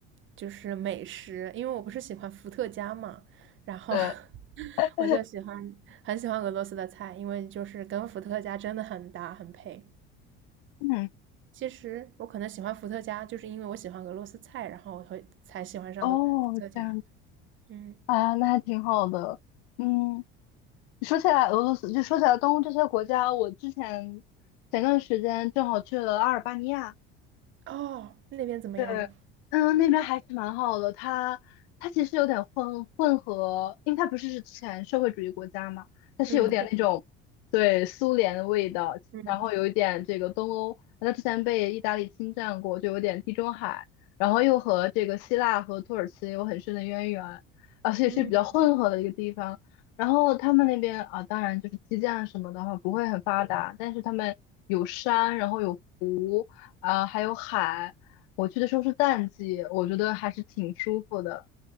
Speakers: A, on the right; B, on the left.
A: 就是美食，因为我不是喜欢伏特加嘛，然后
B: 对，
A: <laughs>
B: <laughs>
A: 我就喜欢很喜欢俄罗斯的菜，因为就是跟伏特加真的很搭很配。
B: 嗯，
A: 其实我可能喜欢伏特加，就是因为我喜欢俄罗斯菜，然后我会才喜欢上俄伏特加。
B: 哦，这样。
A: 嗯，
B: 啊，那还挺好的。嗯，说起来俄罗斯，就说起来东欧这些国家，我之前前段时间正好去了阿尔巴尼亚，
A: 哦，那边怎么样呢？
B: 对，嗯，那边还是蛮好的。它它其实有点混混合，因为它不是之前社会主义国家嘛，它是有点那种对苏联的味道，
A: 嗯，这边，嗯
B: 然后有一点这个东欧，它之前被意大利侵占过，就有点地中海，然后又和这个希腊和土耳其有很深的渊源，而且是比较混合的一个地方。
A: 嗯
B: 然后他们那边啊，当然就是基建什么的话不会很发达，但是他们有山，然后有湖，啊、还有海。我去的时候是淡季，我觉得还是挺舒服的。